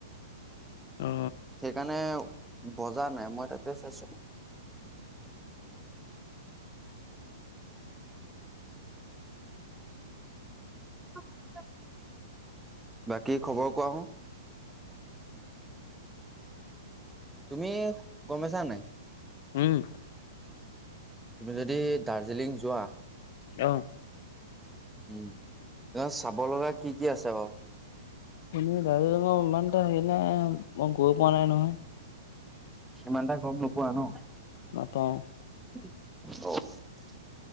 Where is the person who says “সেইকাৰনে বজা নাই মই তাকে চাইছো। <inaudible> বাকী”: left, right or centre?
Centre